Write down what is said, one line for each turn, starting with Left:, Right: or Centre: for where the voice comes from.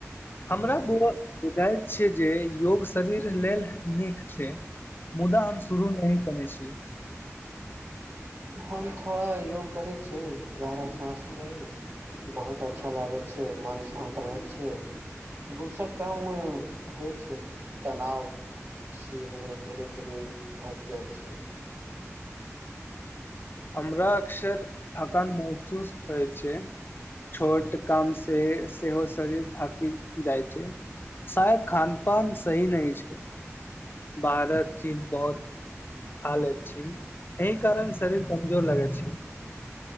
Left: हमरा बुझइत छिय जे योग शरीर लेल नीक छै मुदा हमसभ शुरू नहिी केने छी
Right: हम थोड़ा योग करै छिय गरा साँस लेल बहुत अच्छा लागै छै मन शान्त रहै छै गूसा काम होइ छै तनाव सेहो धीरे धीरे घटि जाइ छै
Left: हमरा अक्सर थकान महसूस होइ छै छोट काम से सेहो शरीर थाकि जाइ छै शायद खान पान सही नहि छै बाहरक चीज बहुत खा लैत छी एहि कारण शरीर कमजोर लगै छै